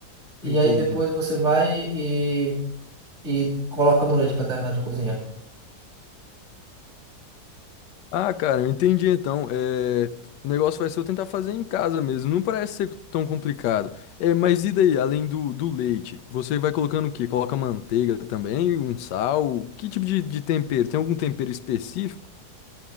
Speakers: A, on the right (about 40°); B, on the left (about 85°).
A: E
B: entendi.
A: aí depois você vai e, e coloca no leite para terminar de cozinhar.
B: Ah, cara, eu entendi então. É, o negócio vai ser eu tentar fazer em casa mesmo. Não parece ser tão complicado. É, mas e daí, além do, do leite? Você vai colocando o quê? Coloca manteiga também, um sal? Que tipo de, de tempero? Tem algum tempero específico?